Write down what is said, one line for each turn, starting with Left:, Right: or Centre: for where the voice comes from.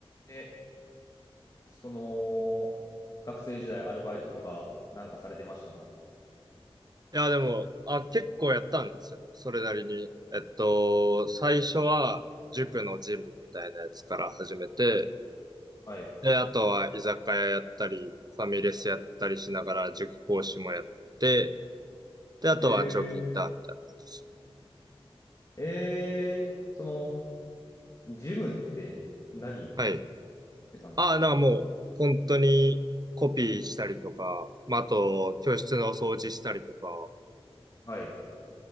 Left: でその、学生時代アルバイトとかなんかされてました
Right: いや、でも、あ、結構やったんですよ。それなりに。えっと、最初は塾のジムみたいなやつから始めて、
Left: はい。
Right: で、あとは居酒屋やったり、ファミレスやったりしながら塾講師もやって、で、あとは長期インターンみたいな感じですね。
Left: えー、えー、その、ジムって何し
Right: はい。
Left: てたんですか
Right: あ、なんかもう、本当にコピーしたりとか、まあ、あと、教室の掃除したりとか、
Left: はい。